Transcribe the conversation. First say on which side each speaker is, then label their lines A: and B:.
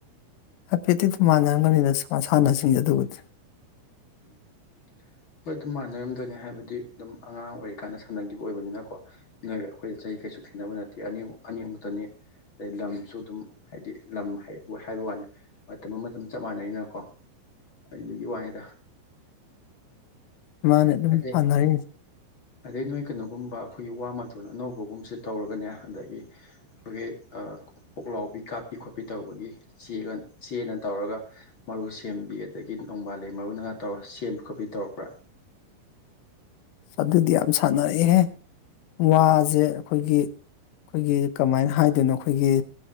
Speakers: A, on the left (about 80°); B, on the left (about 35°).
A: ꯍꯥꯏꯐꯦꯠꯇꯤ ꯑꯗꯨꯝ ꯃꯥꯟꯅꯔꯝꯒꯅꯤꯗ ꯃꯁꯥꯟꯅꯁꯤꯡꯁꯦ ꯑꯗꯨꯕꯨꯗꯤ <inaudible>
B: ꯎꯝ ꯍꯣꯏ ꯑꯗꯨꯝ ꯃꯥꯟꯅꯔꯝꯗꯣꯏꯅꯦ ꯍꯥꯏꯕꯗꯤ ꯑꯗꯨꯝ ꯑꯉꯥꯡ ꯑꯣꯏꯔꯤꯀꯥꯟꯗ ꯁꯥꯟꯅꯈꯤꯕ ꯑꯣꯏꯕꯅꯤꯅꯀꯣ ꯅꯣꯏꯒ ꯑꯩꯈꯣꯏꯗ ꯆꯍꯤ ꯀꯩꯁꯨ ꯈꯦꯠꯅꯕ ꯅꯠꯇꯦ ꯑꯅꯤ ꯑꯅꯤꯃꯨꯛꯇꯅꯤ ꯑꯗꯩ ꯂꯝꯁꯨ ꯑꯗꯨꯝ ꯍꯥꯏꯗꯤ ꯂꯝ ꯍꯥꯏꯕ ꯋꯥꯅꯤ ꯃꯇꯝ ꯃꯇꯝ ꯆꯞ ꯃꯥꯟꯅꯩꯅꯀꯣ ꯑꯩꯗꯨꯒꯤ ꯋꯥꯅꯤꯗ
A: ꯏꯥꯟ ꯑꯦꯝ
B: ꯑꯗꯩ
A: ꯄꯥꯟꯙꯔ
B: ꯑꯗꯩ ꯅꯣꯏ ꯀꯩꯅꯣꯒꯨꯝꯕ ꯑꯩꯈꯣꯏꯒꯤ ꯋꯥ ꯃꯇꯣꯟ ꯑꯅꯧꯕꯒꯨꯝꯕꯁꯦ ꯇꯧꯔꯒꯅꯦ ꯑꯗꯒꯤ ꯑꯩꯈꯣꯏꯒꯤ ꯄꯨꯣꯛꯂꯥꯎꯕꯤ ꯀꯥꯞꯄꯤ ꯈꯣꯠꯄꯤ ꯇꯧꯕꯒꯤ ꯆꯒ ꯆꯦꯅ ꯇꯧꯔꯒ ꯃꯔꯨ ꯁꯦꯝꯕꯤ ꯑꯗꯒꯤ ꯅꯣꯡꯕꯥꯜ ꯂꯩ ꯃꯔꯨꯅꯒꯥ ꯇꯧꯔ ꯁꯦꯝꯕ ꯈꯣꯠꯄꯤ ꯇꯧꯔꯛꯄ꯭ꯔꯥ
A: ꯑꯗꯨꯗꯤ ꯌꯥꯝ ꯁꯥꯟꯅꯔꯦꯍꯦ ꯋꯥꯁꯦ ꯑꯩꯈꯣꯏꯒꯤ ꯑꯩꯈꯣꯏꯒꯤ ꯀꯃꯥꯏꯅ ꯍꯥꯏꯗꯣꯏꯅꯣ ꯑꯩꯈꯣꯏꯒꯤ